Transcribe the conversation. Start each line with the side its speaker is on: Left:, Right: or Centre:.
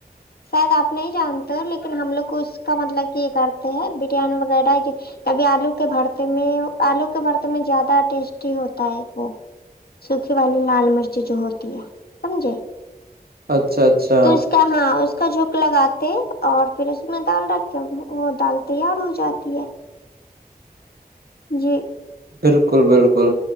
Left: شاید آپ نہیں جانتے ہو لیکن ہم لوگ اس کا مطلب کہ یہ کرتے ہیں بریانی وغیرہ کبھی آلو کے بھرتے میں آلو کے بھرتے میں زیادہ ٹیسٹی ہوتا ہے وہ سوکھی والی لال مرچ جو ہوتی ہے سمجھے
Right: اچھا اچھا
Left: تو اس کا ہاں اس کا جھک لگاتے اور پھر اس میں دال رکھ کے وہ دال تیار ہو جاتی ہے جی
Right: بالکل بالکل